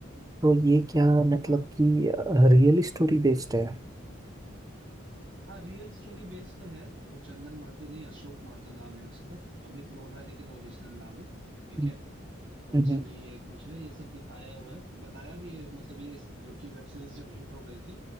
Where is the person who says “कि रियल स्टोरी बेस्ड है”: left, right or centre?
Right